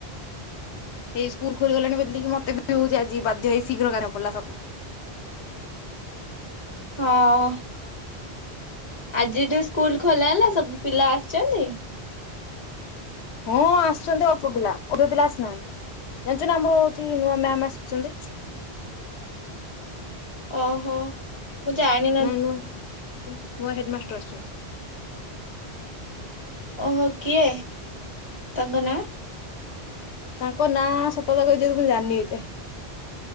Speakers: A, on the left; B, on the left.
A: ହେଇ ସ୍କୁଲ ଖୋଲି ଗଲାଣି ବୋଲି କି ମତେ ବି ହଉଚି ଆଜି ବାଧ୍ୟ ହେଇ ଶୀଘ୍ର ଗାଧେଇଆକୁ ପଡିଲା ସକାଳେ।
B: ହଁ। ଆଜିଠୁ ସ୍କୁଲ ଖୋଲା ହେଲା ସବୁ ପିଲା ଆସିଚନ୍ତି?
A: ହଁ ଆସିଚନ୍ତି ଅଳ୍ପ ପିଲା ଅଧେ ପିଲା ଆସିନାହାନ୍ତି ଜାଣିଚୁ ନା ଆମର ହଉଚୀ ନୂଆ ମ୍ୟାାମ ଆସିଚନ୍ତି।
B: ଓହୋ। ମୁଁ ଜାଣିି
A: ନୂଆ ହେଡମାଷ୍ଟର ଆସିଛନ୍ତି।
B: ଓହୋ କିଏ ତାଙ୍କ ନାଁ?
A: ତାଙ୍କ ନାଁ ସତ କଥା କହିଛି ମୁଁ ଜାଣୀନୀ ଏ ଯାଏ।